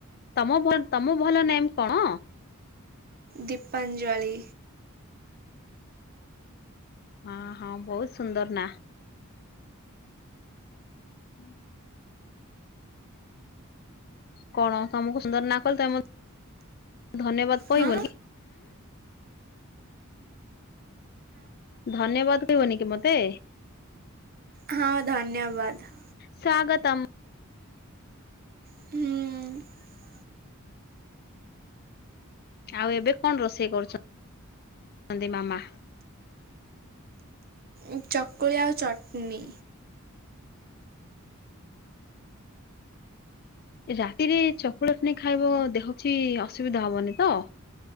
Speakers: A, on the left; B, on the right.
A: ତମ ତମ ଭଲ ନେମ କଣ?
B: ଦୀପାଞ୍ଜଳି।
A: ହଁ ହଁ ବହୁତ ସୁନ୍ଦର ନା। ହୁଁ। କଣ ତମକୁ ସୁନ୍ଦର ନା କହଲେ ତମ ଧନ୍ୟବାଦ କହିବନି।
B: ହଁ
A: ଧନ୍ୟବାଦ କହିବନି କି ମତେ?
B: ହଁ ଧନ୍ୟବାଦ।
A: ସ୍ୱାଗତମ୍।
B: ହୁଁ। <inaudible>
A: ଆଉ ଏବେ କଣ ରୋଷେଇ କରୁଛନ୍ତି ମାମା?
B: ଓ। <inaudible> ଚକୁଳି ଆଉ ଚଟଣି।
A: ରାତିରେ ଚକୋଲେଟ ନାହିଁ ଖାଇବ ହଉଛି ଅସୁବିଧା ହବନି ତ।